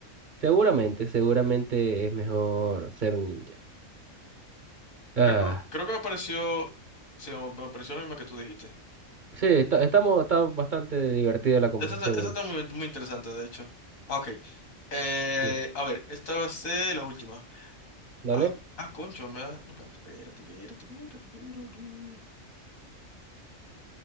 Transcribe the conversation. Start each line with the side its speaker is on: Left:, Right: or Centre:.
Right: Seguramente, seguramente es mejor ser un ninja. Ah,
Left: Creo que, creo que me pareció. Sí, me me pareció lo mismo que tú dijiste.
Right: sí, está, estamos, está bastante divertida la conversación,
Left: Esto está, esto
Right: Will.
Left: está muy, muy interesante, de hecho. Ah, ok. Eh,
Right: Sí.
Left: a ver, esta va a ser la última.
Right: Dale.
Left: Ah, ah, concho, me da- No, espérate, espérate, espérate, espérate, espérate.